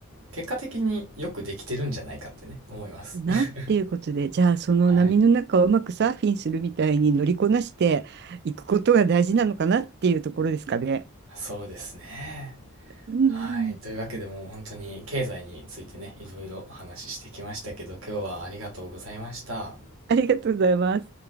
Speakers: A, on the right; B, on the right.
A: 結果的によくできてるんじゃないかってね、思います。
B: なっていうことで、
A: <laughs>
B: じゃあその波の中をうまくサーフィンするみたいに乗りこなしていくことが大事なのかなっていうところですかね。
A: はい。そうですね。
B: うんうん、
A: はい。というわけでもう本当に経済についてね、いろいろお話ししてきましたけど、今日はありがとうございました。
B: ありがとうございます。